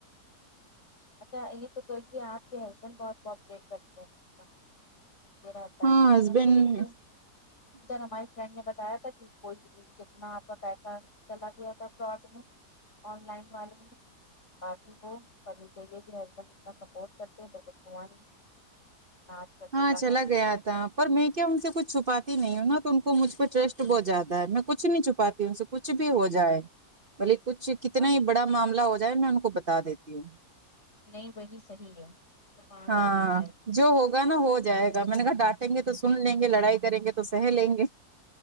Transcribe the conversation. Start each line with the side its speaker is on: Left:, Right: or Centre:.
Left: اچھا یہ توئی کہے گی آپ کے ہسبینڈ بہت کوپریٹ کرتے ہیں کیا یہ رہتا
Right: ہاں
Left: ہے
Right: ہسبینڈ
Left: کیونکہ دیکھیے جنم فرینڈ نے بتایا تھا کہ کوئی کتنا آپ کا پیسہ چلا گیا تھا فراڈ میں آن لائن والے ہیں ب باقی وہ ابھی تو یہ کے ہسبینڈ اتنا سپورٹ کرتے ہیں تو کچھ ہوا ورنہ آج کل کے
Right: ہاں
Left: کہا
Right: چلا گیا تھا پر میں کیا ان سےکچھ چھپاتی نہیں ہوں ن تو ان کو مجھ پہ ٹرسٹ بہت زیادہ ہے میں کچھ نہیں چھپا ہوں سے کچھ بھی ہو جائے بلیے کچھ کتنا
Left: آپ
Right: ہی بڑا معاملہ ہو جائے میں ان کو بتا دیتی ہوں
Left: نہیں وہی صحیح ہے چھپانا
Right: ہاں
Left: تو نہیں چاہیے
Right: جو ہوگا نا ہو جائے گا میں نے کہا ڈانٹیں گے تو سن لیں گے لڑائی کریں گے تو سہ لیں گے